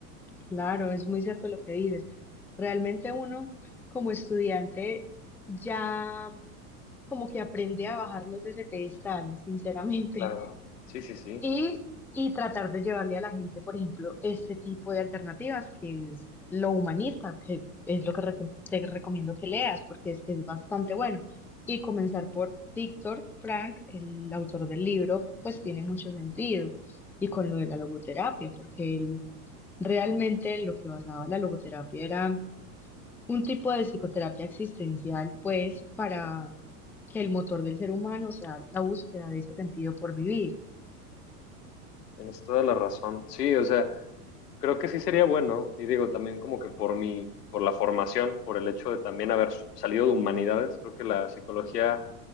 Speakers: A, in the centre; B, on the left.
A: Claro, es muy cierto lo que dices. Realmente uno como estudiante ya como que aprende a bajarnos de ese pedestal, sinceramente,
B: Claro, sí, sí,
A: <laughs>
B: sí.
A: y, y tratar de llevarle a la gente, por ejemplo, este tipo de alternativas, que es lo humanista, que es lo que re- te recomiendo que leas, porque es, es bastante bueno. Y comenzar por Víctor Frank, el autor del libro, pues tiene mucho sentido. Y con lo de la logoterapia, porque él Realmente lo que basaba la logoterapia era un tipo de psicoterapia existencial, pues, para que el motor del ser humano sea la búsqueda de ese sentido por vivir.
B: Tienes toda la razón. Sí, o sea. Creo que sí sería bueno, y digo también como que por mi, por la formación, por el hecho de también haber s- salido de humanidades, creo que la psicología